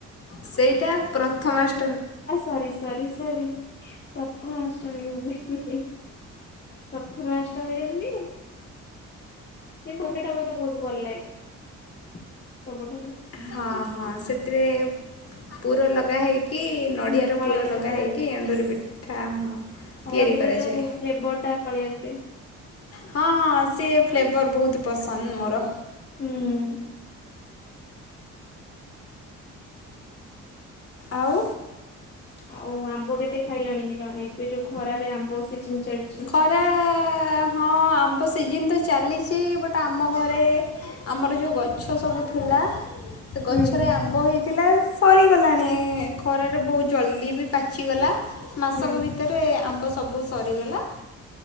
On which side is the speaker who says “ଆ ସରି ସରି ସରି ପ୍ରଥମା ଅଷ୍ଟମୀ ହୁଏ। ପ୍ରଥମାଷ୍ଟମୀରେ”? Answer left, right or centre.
Left